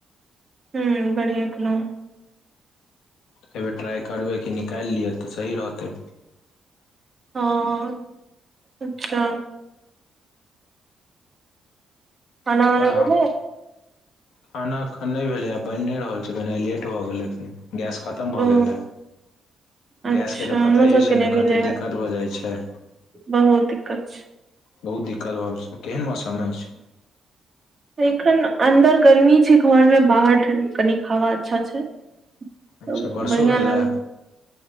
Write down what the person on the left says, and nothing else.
एहिबर ट्राइ करबै कि निकालि लिअ तऽ सही रहतै।
आओर
अहाँ
खाना इखेन नै भेलै बैने रहल छैय कनी लेट भऽ गेलैन। गैस खतम भए
गेल रहै।
गैसके तऽ पताए
छैय ने
कतेक
दिक्कत भऽ जाइत छैय।
बहुत दिक्कत भऽ छैय केहन मौसम अछि।
अच्छा बरसो
भेलए